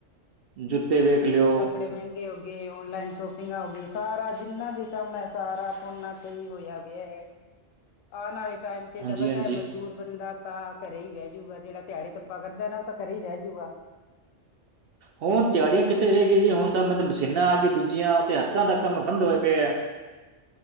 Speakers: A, on the right; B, on the left.
A: ਜੁੱਤੇ ਵੇਖ ਲਿਓ
B: ਕੱਪੜੇ ਮਹਿੰਗੇ ਹੋ ਗ ਔਨਲਾਈਨ ਸ਼ੋਪਿੰਗ ਹੋ ਗਈ ਸਾਰਾ ਜਿੰਨਾ ਵੀ ਕੰਮ ਹੈ ਸਾਰਾ ਫੋਨਾਂ ਤੇ ਹੀ ਹੋਇਆ ਗਿਆ।
A: <inaudible>
B: ਆਉਣ ਵਾਲੇ ਟਾਈਮ ਚ
A: ਹਾਂਜੀ
B: ਤਾਂ ਪਤਾਏ
A: ਹਾਂਜੀ
B: ਮਜ਼ਦੂਰ ਬੰਦਾ ਤਾਂ ਘਰੇ ਹੀ ਬਹਿ ਜੂਗਾ ਜਿਹੜਾ ਦਿਆੜੀ ਤੱਪਾ ਕਰਦਾ ਨਾ ਉਹ ਤਾਂ ਘਰੇ ਹੀ ਰਹਿ ਜੂਗਾ
A: ਹੁਣ ਤਹਾੜੀਆਂ ਕਿੱਥੇ ਰਹਿ ਗਈ ਜੀ ਹੁਣ ਤਾਂ ਮੈਂ ਤੇ ਮਸ਼ੀਨਾਂ ਆ ਗਈ ਦੂਜੀਆਂ ਤੇ ਹੱਥਾਂ ਤੱਕ ਕੰਮ ਬੰਦ ਹੋਏ ਪਿਆ ਹੈ